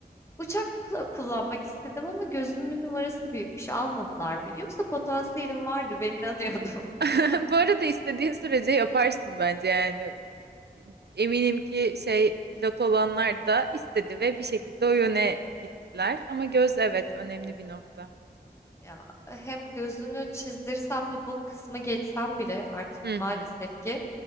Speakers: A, on the left (about 15°); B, on the right (about 80°).
A: Uçakla kullanmak istedim ama gözümün numarası büyükmüş. Almadılar beni. Yoksa potansiyelim vardı. Ben inanıyordum. <laughs>
B: <laughs> Bu arada istediğin sürece yaparsın bence yani. Eminim ki şey pilot olanlar da istedi ve bir şekilde o yöne gittiler. Ama göz evet önemli bir nokta.
A: Ya hem gözünü çizdirsem de bu kısmı geçsem bile artık
B: Hı hı.
A: maalesef ki